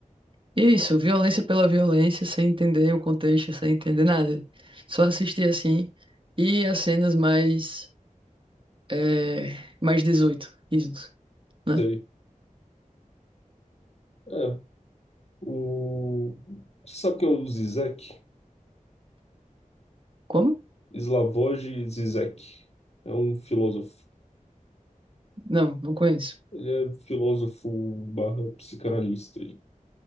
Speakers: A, on the right; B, on the left.
A: Isso, violência pela violência, sem entender o contexto, sem entender nada. Só assistir assim. E as cenas mais. É, mais 18, isso, né?
B: Sei. É, o... Você sabe quem é o Zizek?
A: Como?
B: Slavoj Zizek. É um filósofo.
A: Não, não conheço.
B: Ele é filósofo barra psicanalista.